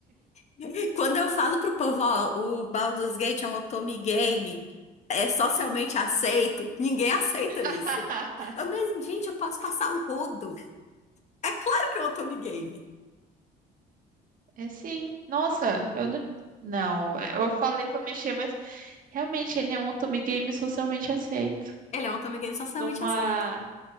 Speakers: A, on the left; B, on the right.
A: <laughs> Quando eu falo pro povo, ó, o Baldur's Gate é um otome game, é socialmente aceito, ninguém aceita
B: <laughs>
A: isso. Eu, mas, gente, eu posso passar o rodo. É claro que é um otome game.
B: É sim. Nossa, eu não. Não, eu falei pra mexer, mas realmente ele é um Otome Games socialmente aceito.
A: Ele é um otome game socialmente
B: Numa,
A: aceito.